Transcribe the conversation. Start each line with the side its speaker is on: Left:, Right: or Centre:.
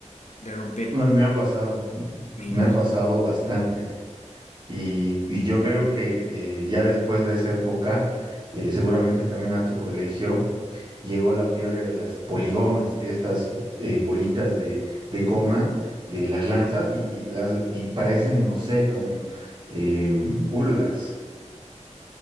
Left: de romper,
Right: me ha pasado,
Left: me
Right: me
Left: imagino.
Right: ha pasado bastante. Y, y yo creo que eh, ya después de esa época, eh, seguramente también a tu colegio llegó la fiebre de las poligomas, estas eh, bolitas de, de goma, eh, las lanzas y, y las, y parecen, no sé, como eh, pulgas.